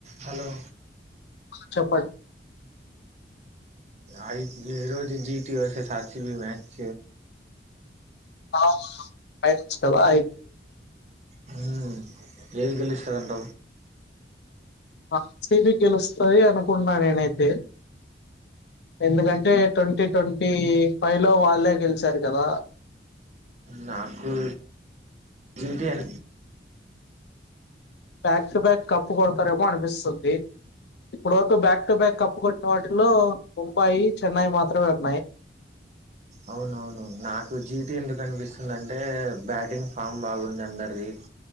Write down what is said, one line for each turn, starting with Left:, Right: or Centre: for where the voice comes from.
Right: Hello
Left: చెప్పడి
Right: ఆఐ రోజ జీటి వసషర్సీ బీ మచ్
Left: ఆ అయస్తవా
Right: హ ఏది గెలుస్తారంట
Left: ఆసది గెలుస్తుంది అనుకుంటున్నా నేనైతే ఎందుకంటే ట్వంటీ ట్వంట ఈ పైలో వాళ్ళే గెలిచారు కదా
Right: నాకు టీ అ
Left: బ్యాక్ టు బ్యాక్ కప్పు కొడతారేమో అనిపిస్తుంది ఇప్పుడుతు బ్యాక్ టు బ్యాక్ కప్పు కొట్టి లో ముంబాయి చెన్నై మాత్రమే ఉన్నాయి.
Right: అవునవును నాకు జీటి ఎందుకు అనిపిస్తుందింటే బ్యాటింగ్ ఫామ్ బాగుందిఅందరిది.